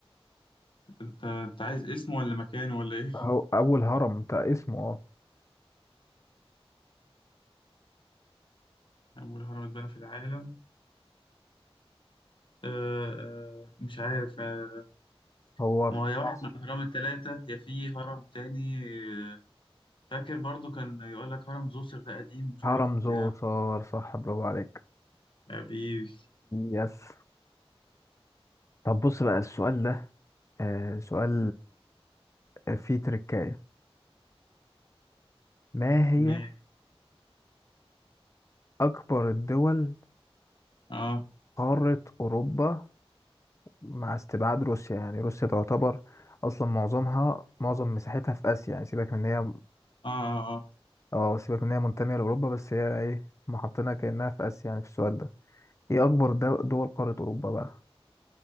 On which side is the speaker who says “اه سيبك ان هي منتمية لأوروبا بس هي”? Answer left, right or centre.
Left